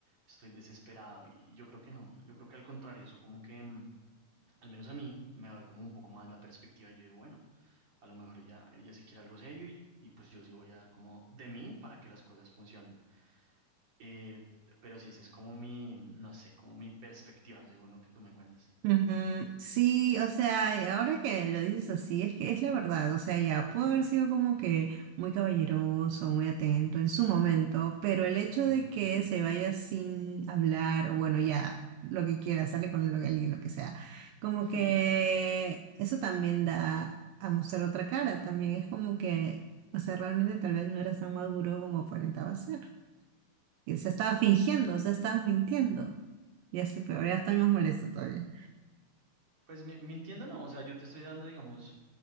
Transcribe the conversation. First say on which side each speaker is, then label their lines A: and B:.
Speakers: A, on the right (about 35°); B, on the right (about 75°).
A: estoy desesperado y yo creo que no, yo creo que al contrario, eso como que... mm, al menos a mí, me abre como un poco más la perspectiva. Yo digo, bueno, a lo mejor ella, ella sí quiere algo serio y, y pues yo sí voy a dar como de mí para que las cosas funcionen. Eh, pero sí, esa es como mi, no sé, como mi perspectiva según lo que tú me cuentas.
B: Ujú, Sí, o sea, y ahora que lo dices así, es que es la verdad, o sea, ya pudo haber sido como que muy caballeroso, muy atento en su momento, pero el hecho
A: Ujú.
B: de que se vaya sin hablar, o bueno, ya lo que quiera, sale con lo que alguien, lo que sea, como
A: <laughs>
B: que eso también da a mostrar otra cara, también es como que, o sea, realmente tal vez no eras tan maduro como aparentaba ser, y se estaba fingiendo, o sea, estabas mintiendo, ya estoy peor, ya estoy más molesta todavía.
A: Pues mi- mintiendo no, o sea, yo te estoy dando, digamos,